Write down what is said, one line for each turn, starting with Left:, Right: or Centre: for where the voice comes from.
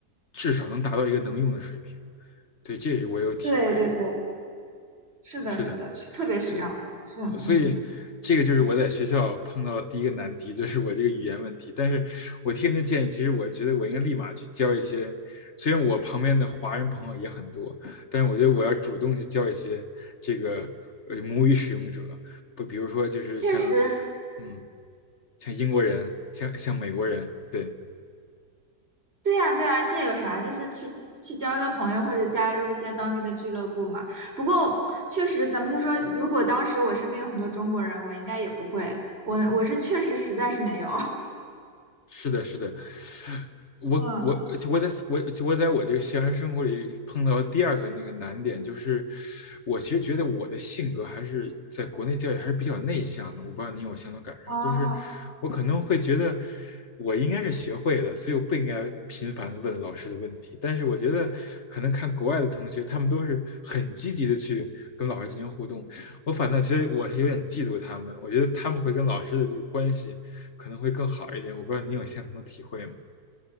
Left: 至少能达到一个能用的水平。对，这是我有体会的。
Right: 对对对，是的，
Left: 是的。
Right: 是的，确特别是这样，
Left: 是，
Right: 是嗯。
Left: 呃所以这个就是我在学校碰到的第一个难题，就是我这个语言问题。但是我天天建议，其实我觉得我应该立马去交一些，虽然我旁边的华人朋友也很多，但是我觉得我要主动去交一些这个呃母语使用者，不，比如说就是像
Right: 确实，
Left: 嗯，像英国人，像像美国人，对。
Right: 对呀，对呀，这有啥？就是去去交交朋友，或者加入一些当地的俱乐部嘛。不过确实，咱们就说，如果当时我身边有很多中国人，我应该也不会。我我是确实实在是没有。
Left: 是的，是的，我我我在我我在我这个校园生活里碰到第二个那个难点，
Right: <laughs> 嗯，
Left: 就是我其实觉得我的性格还是在国内教育还是比较内向的，我不知道你有相同感受吗？
Right: 哦，
Left: 就是我可能会觉得我应该是学会了，所以我不应该频繁的问老师的问题，但是我觉得可能看国外的同学，他们都是很积极的去跟老师进行互动，我反倒觉得我是有点嫉妒他们，我觉得他们会跟老师的这个关系。可能会更好一点。我不知道您有相同的体会吗？